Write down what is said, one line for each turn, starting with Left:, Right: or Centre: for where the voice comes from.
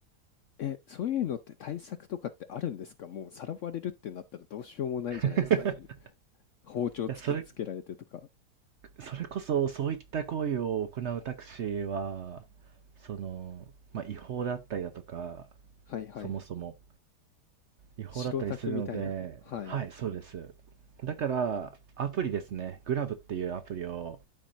Left: え、そういうのって対策とかってあるんですかもうさらわれるってなったらどうしようもないじゃないですか。
Right: <laughs> い
Left: 包丁突きつけられてとか。
Right: や、それ、それこそそういった行為を行うタクシーは、その、まあ、違法だったりだとか、
Left: はいはい。
Right: そもそも、違法だったりするので、
Left: 白タクみたいな。はい。
Right: はい、そうです。だから、アプリですね。グラブっていうアプリを